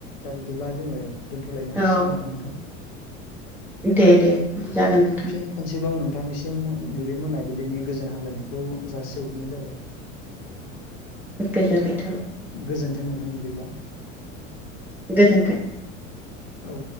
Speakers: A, on the left; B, in the centre.
A: दा बिदिब्ला जोङो दोनथलायनो हासिगोन
B: औ
A: नामा नोंथां।
B: दे दे जागोन नोंथां।
A: फिन खनसेबाव नोंथांनिसिम ओन नैबे मोनाबिलिनि गोजोन हामलायनायखौ जासि हरग्रोनाय जाबाय। <inaudible>
B: गोजोननाय थाबाय।
A: गोजोन्थों नोंथां बिदिब्ला।
B: गोजोन्थों।
A: औ